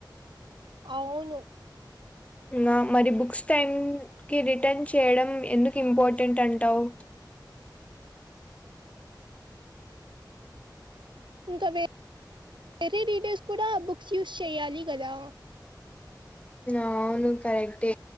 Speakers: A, on the right; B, on the left.
A: అవును
B: ఇ మరి బుక్స్ టైమ్ కి రిటర్న్ చేయడం ఎందుకు ఇంపార్టెంట్ అంటావు
A: ఇంకాే వేరే రీడర్స్ కూడా బుక్స్ యూస్ చేయ్యాలి కదా
B: అవును కరెక్టే